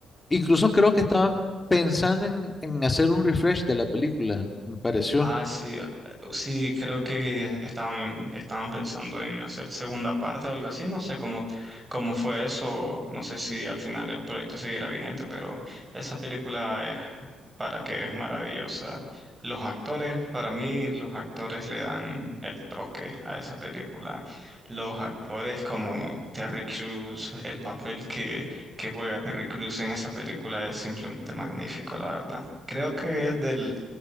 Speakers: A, on the left; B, on the right.
A: Incluso creo que estaban pensando en, en hacer un refresh de la película, me pareció.
B: Ah, sí, ah, sí, creo que estaban, estaban pensando en hacer segunda parte o algo así, no sé cómo, cómo fue eso, no sé si al final el proyecto seguirá vigente, pero esa película es para que es maravillosa. Los actores, para mí, los actores le dan el toque a esa película. Los actores como Terry Crews, el papel que, que juega Terry Crews en esa película es simplemente magnífico, la verdad. Creo que es del